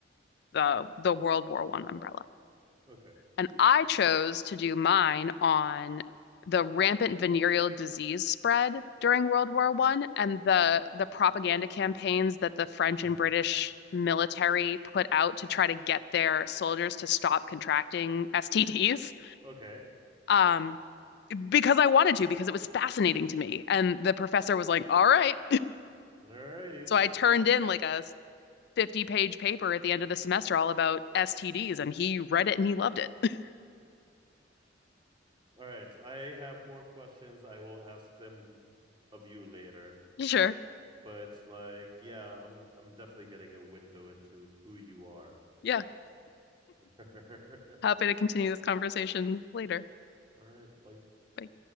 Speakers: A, on the left; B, on the right.
A: the the World War One umbrella.
B: Okay.
A: And I chose to do mine on the rampant venereal disease spread during World War One and the the propaganda campaigns that the French
B: <laughs>
A: and British military put out to try to get their soldiers to stop contracting STDs.
B: Okay.
A: Um, because I wanted to, because it was fascinating to me. And the professor was like, "All right."
B: Alrighties.
A: So I turned in like a 50 page paper at the end of the semester all about STDs, and he read it and he loved it. <laughs>
B: All right. I have more questions. I will ask them of you later.
A: Sure.
B: But like, yeah, I'm I'm definitely getting a window into who you are.
A: Yeah.
B: <laughs>
A: Happy to continue this conversation later.
B: All right. Bye.
A: Bye.